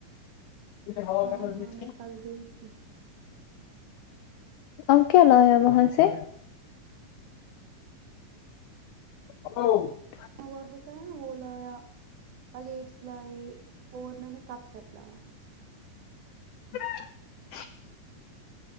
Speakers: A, on the left (about 85°); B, on the right (about 70°).
A: ہا
B: ہاں
A: کا <unintelligible>
B: ہاں میں کل گئی تھی
A: ہم کیا لا ہے محن سے ا <unintelligible>
B: موار ہوتا ہے نا وہ لایا پلیٹس لائے اور میں نے کب سیٹ لایا
A: ج <unintelligible>